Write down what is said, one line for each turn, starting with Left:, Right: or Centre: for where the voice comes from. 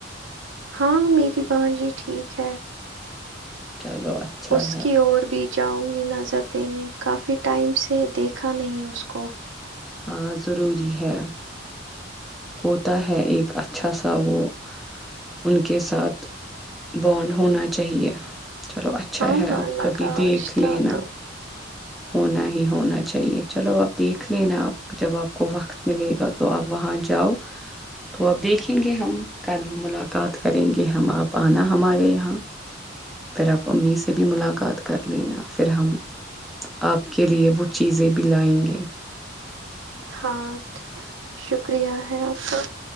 Right: ہاں میری بان جی ٹھیک ہے
Centre: چلو اچھا
Right: اس
Centre: ہے
Right: کی اور بھی جاؤں گی نظر دینے کافی ٹائم سے دیکھا نہیں اس کو
Centre: ہاں ضروری ہے ہوتا ہے ایک اچھا سا وہ ان کے ساتھ بانڈ ہونا چاہیے چلو اچھا
Right: ہاں
Centre: ہے
Right: ہاں
Centre: آپ
Right: لگا
Centre: کبھی دیکھ
Right: رشتہ
Centre: لینا
Right: تو
Centre: ہونا ہی ہونا چاہیے چلو آپ دیکھ لینا آپ جب آپ کو وقت ملے گا تو آپ وہاں جاؤ تو آپ دیکھیں گے ہم کل ملاقات کریں گے ہم آپ آنا ہمارے یہاں پھر آپ امی سے بھی ملاقات کر لینا پھر ہم آپ کے لیے وہ چیزیں بھی لائیں گے
Right: ہاں شکریہ ہے آپ کا